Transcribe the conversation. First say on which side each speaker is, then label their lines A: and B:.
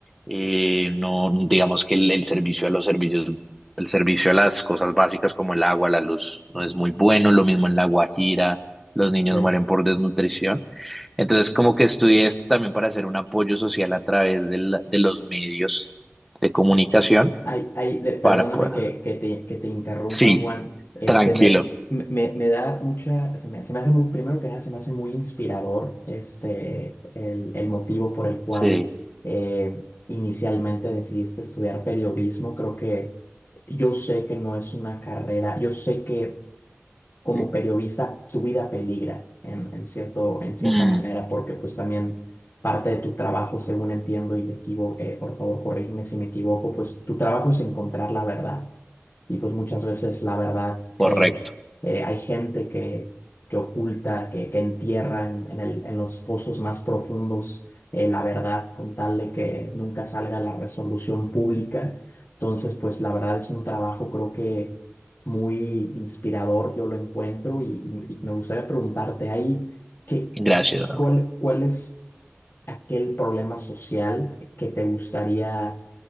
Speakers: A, in the centre; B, on the left.
A: eh, no, digamos que el, el servicio a los servicios, el servicio a las cosas básicas como el agua, la luz, no es muy bueno, lo mismo en La Guajira, los niños
B: Ok.
A: mueren por desnutrición. Entonces, como que estudié esto también para hacer un apoyo social a través de, la- de los medios de comunicación
B: Ay, ay, de- perdóname
A: para poder.
B: que, que te, que te interrumpa,
A: Sí,
B: Juan. Este,
A: tranquilo.
B: me, me, me da mucha, se me, se me hace muy, primero que nada, se me hace muy inspirador este, el, el motivo por el cual
A: Sí,
B: eh, inicialmente decidiste estudiar periodismo. Creo que Yo sé que no es una carrera, yo sé que como
A: sí.
B: periodista tu vida peligra en, en cierto, en cierta
A: Mm,
B: manera, porque pues también parte de tu trabajo, según entiendo y me equivoco, eh, por favor, corrígeme si me equivoco, pues tu trabajo es encontrar la verdad y pues muchas veces la verdad
A: correcto.
B: eh, eh, hay gente que, que oculta, que, que entierra en, en el- en los pozos más profundos eh, la verdad con tal de que nunca salga la resolución pública. Entonces, pues la verdad es un trabajo creo que muy inspirador, yo lo encuentro y, y- y me gustaría preguntarte ahí, ¿qué,
A: Gracias, Raúl.
B: cuál, cuál es aquel problema social que te gustaría,